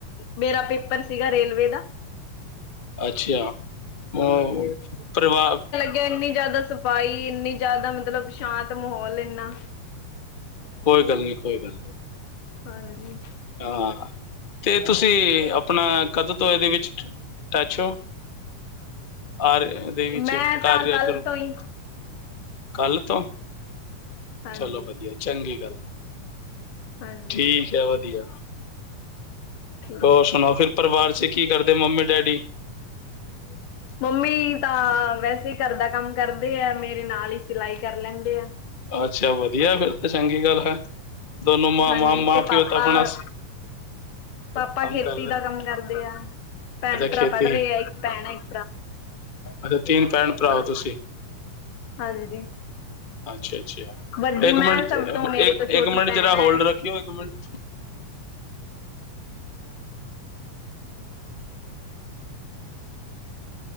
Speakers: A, on the left; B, on the left.
A: ਮੇਰਾ ਪੇਪਰ ਸੀਗਾ ਰੇਲਵੇ ਦਾ।
B: ਅੱਛਾ ਉਹ ਪਰਿਵਾਰ।
A: ਕਿ ਇੰਨੀ ਜ਼ਿਆਦਾ ਸਫ਼ਾਈ ਇੰਨੀ ਜ਼ਿਆਦਾ ਮਤਲਬ ਸ਼ਾਂਤ ਮਾਹੌਲ ਇੰਨਾ।
B: ਕੋਈ ਗੱਲ ਨਹੀਂ ਕੋਈ ਗੱਲ ਨਹੀਂ।
A: ਹਾਂਜੀ।
B: ਹਾਂ ਤੇ ਤੁਸੀਂ ਆਪਣਾ ਕਦੋਂ ਤੋਂ ਇਹਦੇ ਵਿੱਚ। ਅ ਟੈਚੋ ਹੋ ਔਰ ਇਹਦੇ ਵਿੱਚ
A: ਮੈਂ
B: ਕਾਰਿਆ
A: ਤਾਂ ਕੱਲ
B: ਗਰੁੱਪ।
A: ਤੋਂ ਹੀ
B: ਕੱਲ੍ਹ ਤੋਂ।
A: ਹਾਂਜੀ,
B: ਚਲੋ ਵਧੀਆ ਚੰਗੀ ਗੱਲ
A: ਹਾਂਜੀ
B: ਠੀਕ ਹੈ ਵਧੀਆ।
A: ਠੀਕ।
B: ਹੋਰ ਸੁਣਾਓ, ਫਿਰ ਪਰਿਵਾਰ ਚ ਕੀ ਕਰਦੇ ਮੰਮੀ ਡੈਡੀ। <unintelligible>
A: ਮੰਮੀ ਤਾਂ ਵੈਸੇ ਘਰ ਦਾ ਕੰਮ ਕਰਦੇ ਆ, ਮੇਰੇ ਨਾਲ ਹੀ ਸਿਲਾਈ ਕਰ ਲੈਂਦੇ ਆ।
B: ਅੱਛਾ ਵਧੀਆ ਫਿਰ ਤਾਂ ਚੰਗੀ ਗੱਲ ਹੈ। ਦੋਨੋ ਮ
A: ਹਾਂਜੀ
B: ਮਾਂ
A: ਤੇ ਪਾਪਾ
B: ਪਿਓ ਤਾਂ ਆਪਣਾ।
A: ਪਾਪਾ
B: ਕੰਮ
A: ਖੇਤੀ
B: ਕਰਦੇ
A: ਦਾ ਕੰਮ ਕਰਦੇ ਆ। ਭੈਣ
B: ਅੱਛਾ
A: ਭਰਾ
B: ਖੇਤੀ
A: ਪੜ੍ਹ ਰਹੇ
B: ਹੈ
A: ਆ ਇੱਕ ਭੈਣ ਹੈ। ਇੱਕ
B: ਅੱਛਾ ਤਿੰਨ ਭੈਣ
A: ਭਰਾ।
B: ਹੋ ਤੁਸੀਂ
A: ਹਾਂਜੀ।
B: ਅੱਛਾ ਅੱਛਾ
A: ਵੱਡੀ
B: ਇੱਕ
A: ਮੈਂ
B: ਮਿੰਟ
A: ਸਭ ਤੋਂ ਮੇਰੇ
B: ਇੱਕ
A: ਤੋਂ ਛੋਟੀ
B: ਇੱਕ ਮਿੰਟ
A: ਭੈਣ
B: ਜਰਾ
A: ਹੈ।
B: ਹੋਲਡ ਰੱਖਿਓ ਇੱਕ ਮਿੰਟ।